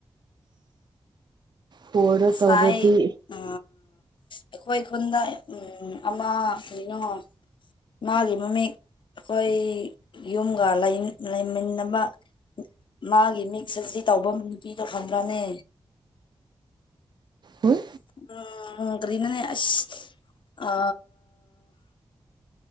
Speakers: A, on the right; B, on the left.
A: ꯐꯣꯔꯗ
B: ꯉꯁꯥꯏ
A: ꯇꯧꯔꯗꯤ
B: ꯎ ꯑꯩꯈꯣꯏ ꯈꯨꯟꯗ ꯎ ꯑꯃ ꯀꯅꯣ ꯃꯥꯒꯤ ꯃꯃꯤ ꯑꯩꯈꯣꯏ ꯌꯨꯝꯒ ꯂꯩꯃꯤꯟꯅꯕ ꯃꯥꯒꯤ ꯃꯤꯛꯁ ꯑꯁꯤ ꯇꯧꯐꯝ ꯅꯨꯄꯤꯗꯣ ꯈꯪꯗ꯭ꯔꯅꯦ
A: ꯎ
B: ꯎꯝ ꯀꯅꯅꯦ ꯑ